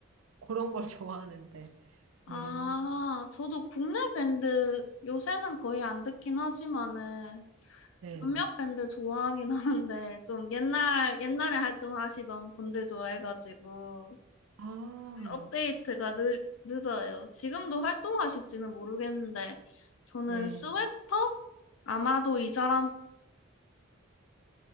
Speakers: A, on the right (about 80°); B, on the left (about 70°).
A: 그런 걸 <laughs> 좋아하는데.
B: 아,
A: 예,
B: 저도 국내 밴드 요새는 거의 안 듣긴 하지만은
A: 네.
B: 몇몇 밴드 좋아하긴 하는데 좀 옛날 옛날에 활동하시던 분들 좋아해가지고
A: 아,
B: 업데이트가 늦, 늦어요. 지금도 활동하실지는 모르겠는데 저는
A: 네.
B: 스웨터 아마도 이 사람